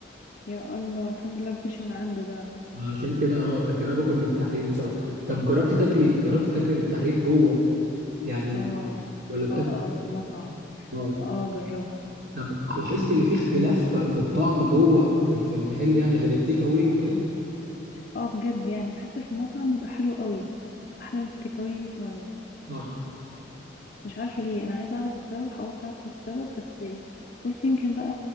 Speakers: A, on the left (about 45°); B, on the right (about 60°).
A: يا الله الحمد لله باكلش من عنده بقى
B: عشان كده اه لكن انا باكل من التحرير بصراحه طب جربتي تاكلي جربتي تاكلي من التحرير جوه يعني
A: اه
B: ولا بتاكلي
A: اه اه في المطعم
B: اه
A: اه جربت
B: طب لاحظت اللي فيه اختلاف في في الطعم جوه في ال- في المحل يعني غير التيك اواي وكده
A: اه بجد يعني بحس في المطعم بيبقى حلو قوي احلى من التيك أواي 100 مره
B: صح
A: مش عارفه ليه انا عايزه اعرف السبب حاولت اعرف السبب بس قلت يمكن بقى